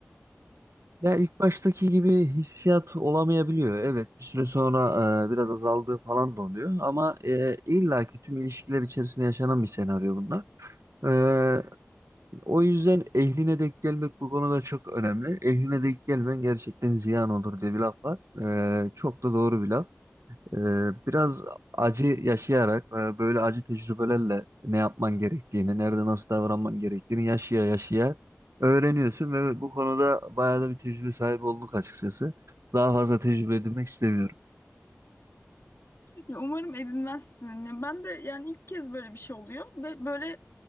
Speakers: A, on the left (about 60°); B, on the right (about 85°).
A: bunlar.
B: Ya ilk baştaki gibi hissiyat olamayabiliyor. Evet, bir süre sonra e, biraz azaldığı falan da oluyor. Ama e, illaki tüm ilişkiler içerisinde yaşanan bir senaryo bunlar. E, o yüzden ehline denk gelmek bu konuda çok önemli. Ehline denk gelmen gerçekten ziyan olur diye bir laf var. E, çok da doğru bir laf. Ee, biraz acı yaşayarak e, böyle acı tecrübelerle ne yapman gerektiğini, nerede nasıl davranman gerektiğini yaşaya yaşaya öğreniyorsun ve bu konuda bayağı da bir tecrübe sahibi olduk açıkçası. Daha fazla tecrübe edinmek istemiyorum.
A: Ya umarım edinmezsin. Ya ben de yani ilk kez böyle bir şey oluyor ve böyle